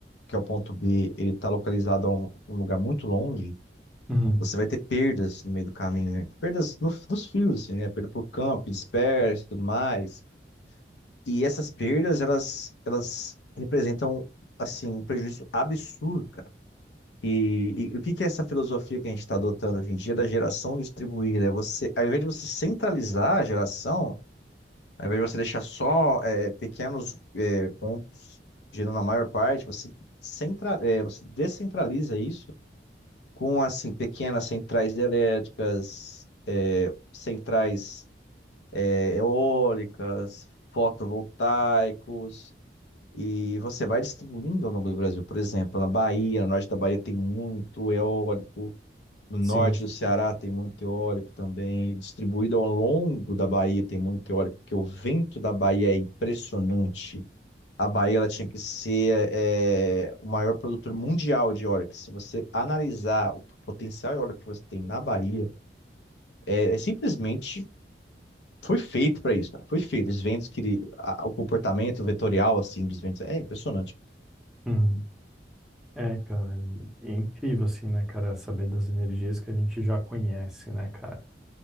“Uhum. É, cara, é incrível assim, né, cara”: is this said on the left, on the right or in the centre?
Centre